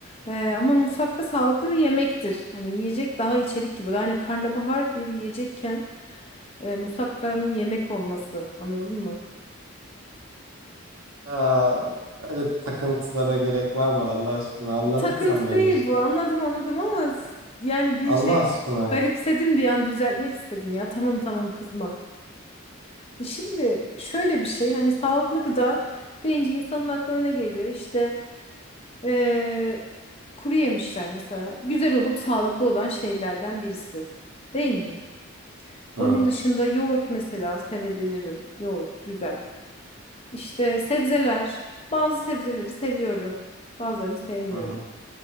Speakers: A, on the left (about 25°); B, on the right (about 85°).
A: E, ama musakka sağlıklı bir yemektir. Hani yiyecek daha içerik gibi. Yani karnabahar bir yiyecekken e, musakkanın yemek olması anladın mı?
B: Ya böyle takıntılara gerek var mı Allah aşkına? Anladın
A: Takıntı
B: sen beni
A: değil
B: işte.
A: bu anladım anladım ama s- yani bir
B: Allah
A: şey
B: aşkına.
A: garipsedim bir an düzeltmek istedim ya tamam tamam kızma. E Şimdi şöyle bir şey hani sağlıklı gıda deyince insanın aklına ne geliyor? İşte Ee, kuru yemişler mesela güzel olup sağlıklı olan şeylerden birisi. Değil mi?
B: Hı.
A: Onun dışında yoğurt mesela sevebilirim. Yoğurt güzel. İşte sebzeler. Bazı sebzeleri seviyorum. Bazılarını sevmiyorum.
B: Hı hı.